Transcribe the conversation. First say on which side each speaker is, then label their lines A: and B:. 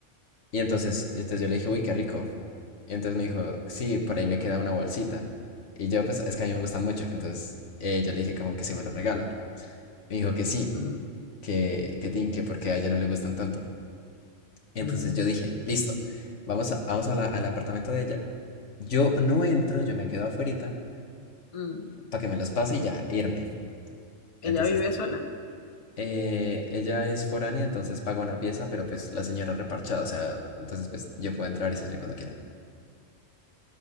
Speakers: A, on the left; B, on the left.
A: Y entonces, entonces yo le dije, uy, qué rico. Y entonces me dijo, sí, por ahí me queda una bolsita. Y yo, pues, es que a mí me gustan mucho. Entonces eh, yo le dije como que si me lo regala. Me dijo que sí,
B: mm,
A: que, que tin, que porque a ella no le gustan tanto. Entonces
B: mm,
A: yo dije, listo, vamos, a- vamos a la- al apartamento de ella. Yo no entro, yo me quedo afuerita
B: mm.
A: para que me los pase y ya, irme.
B: ¿Ella
A: Entonces
B: vive sola?
A: Eh, ella es foránea, entonces paga una pieza, pero pues la señora reparchada, o sea, entonces pues yo puedo entrar y salir cuando quiera.